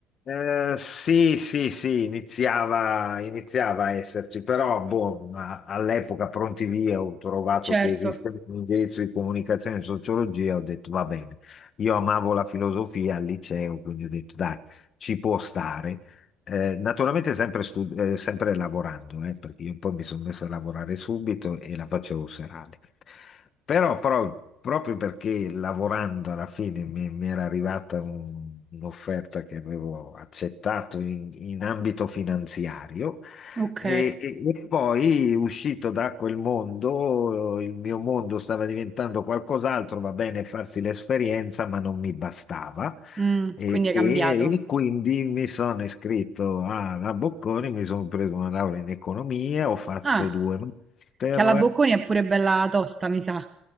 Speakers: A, on the left; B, on the right.
A: Eh, sì, sì, sì, iniziava, iniziava a esserci, però boh, ma all'epoca pronti via ho trovato
B: Certo.
A: che esisteva un indirizzo di comunicazione e sociologia, ho detto va bene, io amavo la filosofia al liceo, quindi ho detto dai, ci può stare. Eh, naturalmente sempre, stu- eh, sempre lavorando, eh, perché io poi mi sono messo a lavorare subito e la facevo serale. Però, pro- proprio perché lavorando alla fine mi, mi era arrivata un- un'offerta che avevo accettato in, in ambito finanziario
B: Ok,
A: e, e- e poi uscito da quel mondo, il mio mondo stava diventando qualcos'altro, va bene farsi l'esperienza, ma non mi bastava.
B: Mm,
A: E,
B: quindi è
A: e-
B: cambiato.
A: e quindi mi sono iscritto alla Bocconi, mi sono preso una laurea in economia, ho fatto
B: Ah,
A: due master
B: che alla Bocconi è pure bella tosta, mi sa.